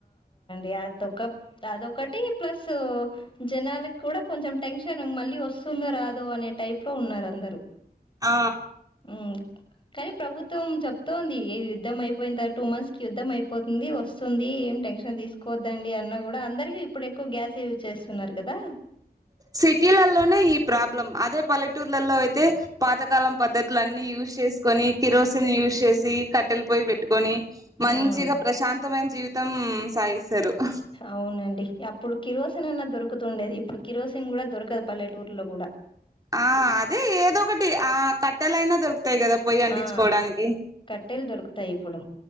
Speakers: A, on the left (about 30°); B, on the right (about 20°).
A: యా అదొక అదొకటి ప్లసూ జనాలకి కూడా కొంచెం టెన్షన్ మళ్ళీ వస్ తుందో రాధో అనే టైప్లో ఉన్నారు అందరూ
B: ఆ
A: హ్మ్. కానీ ప్రభుత్వం చెప్తోంది ఇ యుద్ధం అయిపోయిన్ తర్వాత టూ మంత్స్ కి యుద్ధం అయిపోతుంది. వస్ స్తుంది ఏం టెన్షన్ తీసుకోద్దండి అన్న గూడా అందరికి ఇప్పుడు ఎక్కువ గ్యాసే యూజ్ చేస్తున్నారు. కదా
B: సిటీలల్లోనే ఈ ప్రాబ్లం అదే పల్లెటూర్లలో అయితే పాతకాలం పద్ధతులు అన్ని యూజ్ చేసుకొని, కిరోసిన్ యూజ్ చేసి ఇ కట్టెలు పోయి పెట్టుకొని మంచిగా
A: ఉమ్
B: ప్రశాంతమైన జీవితం సాగిస్తరు. హ
A: అవునండి అప్పుడు కిరోసిన్ అన్నా దొరుకుతుండేది. ఇప్పుడు కిరోసిన్ గూడా దొరకదు పల్లెటూర్లో గూడా.
B: ఆ అదే ఏదో ఒకటి ఆ క ట్టెలైనా దొరుకుతాయి కదా పోయ్యి అంటించుకోడానికి.
A: ఆ కట్టెలు దొరుకుతాయి ఇప్పుడు